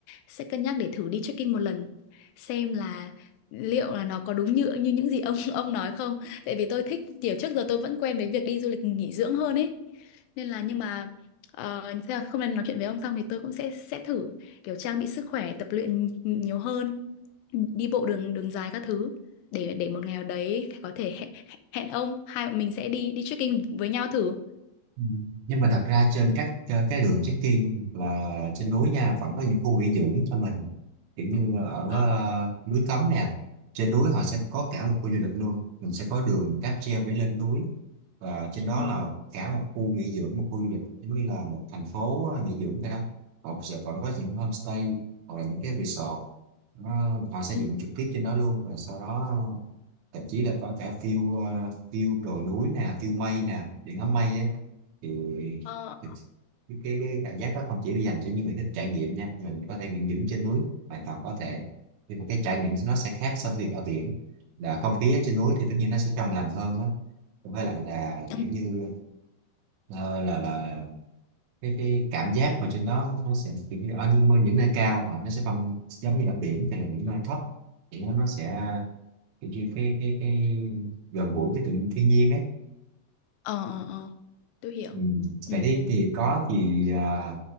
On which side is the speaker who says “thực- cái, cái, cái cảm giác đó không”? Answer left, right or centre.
Right